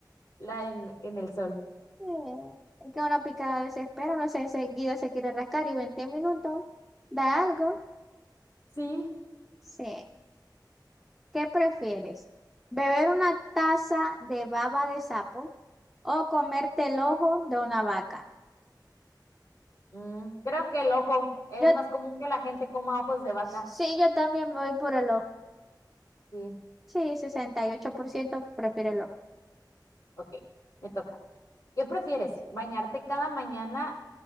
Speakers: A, on the left (about 50°); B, in the centre.
A: la en, en el sol.
B: Mm, Es que una picada desespera, no sé, enseguida se quiere rascar y 20 minutos da algo.
A: Sí.
B: Sí. ¿Qué prefieres? ¿Beber una taza de baba de sapo o comerte el ojo de una vaca?
A: Mm, creo que el ojo es
B: Yo,
A: más común que la gente coma ojos de vaca.
B: sí, yo también me voy por el ojo.
A: Sí,
B: Sí, 68% prefiere el ojo.
A: ok, me toca. ¿Qué prefieres? ¿Bañarte cada mañana